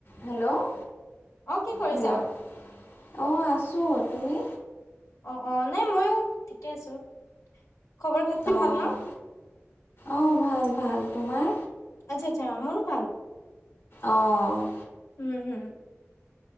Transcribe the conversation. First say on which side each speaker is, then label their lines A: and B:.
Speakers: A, on the left; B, on the left.
A: Hello
B: অ কি কৰিছা
A: হেল্ল' অঁ আছোঁ আপুনি?
B: অ অ নাই ময়ো ঠিকে আছো। খবৰ খাতি
A: অ'
B: ভাল ন
A: আহ ভাল ভাল তোমাৰ?
B: আচ্ছা আচ্ছা মোৰো ভাল।
A: অ',
B: উম হুম।